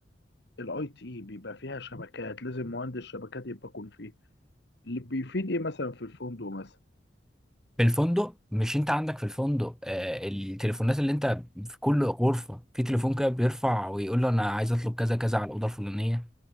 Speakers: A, on the left (about 60°); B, in the centre.
A: الاي تي بيبقى فيها شبكات لازم مهندس شبكات يبقى يكون فيه اللي بيفيد ايه مثلا في الفندق مثلا
B: في الفندق مش انت عندك في الفندق آه، التليفونات اللي انت في كل غرفة في تليفون كده بيرفع ويقول له انا عايز اطلب كذا كذا على الأوضة الفلانية